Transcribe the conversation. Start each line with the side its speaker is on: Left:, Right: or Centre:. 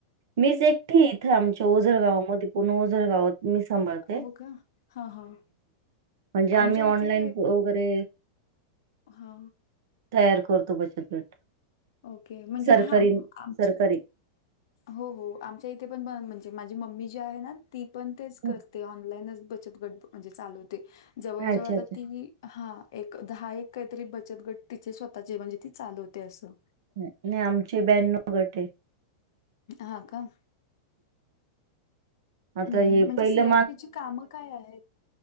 Right: मीच एकटी इथे आमच्या ओजरगाव मध्ये पूर्ण ओझरगावात मी सांभाळते
Left: हो का? हां, हां.
Right: म्हणजे आम्ही
Left: आमच्या
Right: ऑनलाईन
Left: इथे
Right: वगैरे
Left: हा.
Right: तयार करतो बचत गट.
Left: ओके म्हणजे
Right: सरकारी
Left: हां आमचे-
Right: सरकारी
Left: हों हों आमच्या इथे पण बं म्हणजे माझी मम्मी जी आहे ना- ती पण तेच
Right: हम्म.
Left: करते ऑनलाईनचं बचत गट म्हणजे चालवते जवळजवळ
Right: अच्छा
Left: आता
Right: अच्छा
Left: ती- हा एक दहा एक काहीतरी बचत गट तिचे स्वतःचे म्हणजे ती चालवते असं.
Right: नाही आमचे ब्याण्णव गटय.
Left: हा का.
Right: आता
Left: हम्म,
Right: हे
Left: म्हणजे
Right: पहिलं
Left: सी आर पी ची कामं काय आहेत.